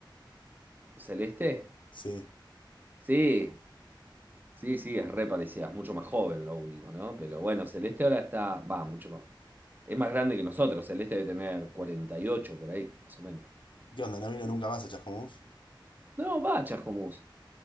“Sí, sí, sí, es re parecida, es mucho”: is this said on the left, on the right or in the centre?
Right